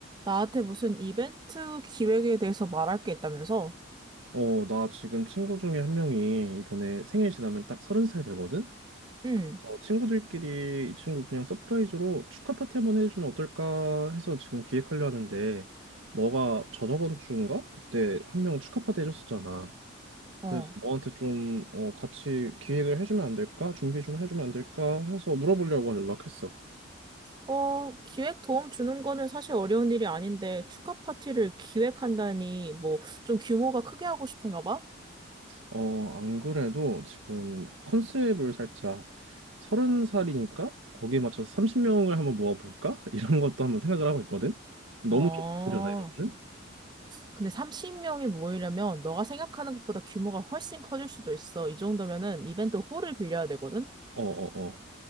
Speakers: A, on the right; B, on the right.
A: 나한테 무슨 이벤트 기획에 대해서 말할 게 있다면서?
B: 어, 나 지금 친구 중에 한 명이 이번에 생일 지나면 딱 서른 살 되거든?
A: 응,
B: 그래서 친구들끼리 이 친구 그냥 서프라이즈로 축하 파티 한번 해주면 어떨까 해서 지금 기획하려 하는데, 너가 저저번 주인가? 그때 한 명 축하 파티 해줬었잖아.
A: 어.
B: 그래서 너한테 좀 어, 같이 기획을 해주면 안 될까? 준비 좀 해주면 안 될까? 해서 물어보려고 연락했어.
A: 어, 기획 도움 주는 거는 사실 어려운 일이 아닌데, 축하 파티를 기획한다니, 뭐, 좀 규모가 크게 하고 싶은가 봐?
B: 어, 안 그래도 지금 컨셉을 살짝 서른 살이니까 거기에 맞춰서 30명을 한번 모아볼까? <laughs> 이런 것도 한번 생각을 하고 있거든. 너무
A: 어,
B: 좀 힘들려나 이러면은?
A: 근데 30명이 모이려면, 너가 생각하는 것보다 규모가 훨씬 커질 수도 있어. 이 정도면은 이벤트 홀을 빌려야 되거든?
B: 어, 어, 어.